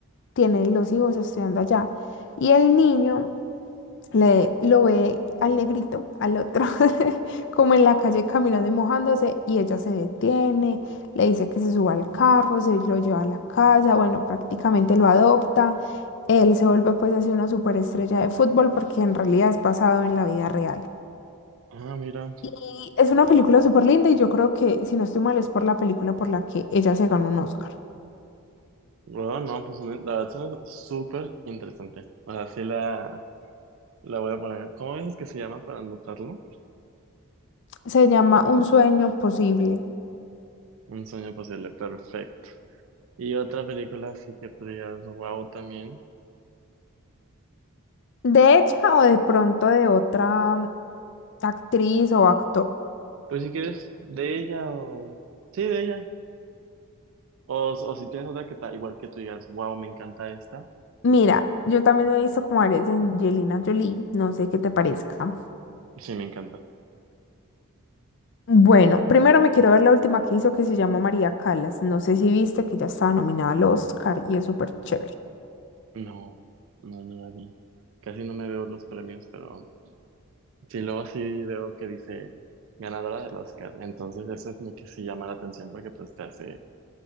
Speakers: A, on the left; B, on the right.
A: tiene los hijos estudiando allá y el niño le, lo ve al negrito, al otro, <laughs> como en la calle caminando y mojándose, y ella se detiene, le dice que se suba al carro, se lo lleva a la casa, bueno, prácticamente lo adopta, él se vuelve pues así una superestrella de fútbol porque en realidad es basado en la vida real.
B: Ah, mira.
A: Y es una película súper linda y yo creo que, si no estoy mal, es por la película por la que ella se ganó un Oscar.
B: Bueno, no, pues la verdad suena súper interesante. O sea, sí la, la voy a poner. ¿Cómo dices que se llama para anotarlo?
A: Se llama Un sueño posible.
B: Un sueño posible, perfecto. Y otra película así que tú digas, wow, también.
A: De ella o de pronto de otra actriz o actor.
B: Pues si quieres, de ella o... Sí, de ella. O, o si tienes otra que está igual que tú digas, wow, me encanta esta.
A: Mira, yo también he visto como varias de Angelina Jolie, no sé qué te parezca.
B: Sí, me encanta.
A: Bueno, primero me quiero ver la última que hizo que se llama María Callas. No sé si viste que ya estaba nominada al Oscar y es súper chévere.
B: No, no, no la vi. Casi no me veo los premios, pero sí, luego sí veo que dice ganadora del Oscar. Entonces eso como que sí llama la atención porque pues te hace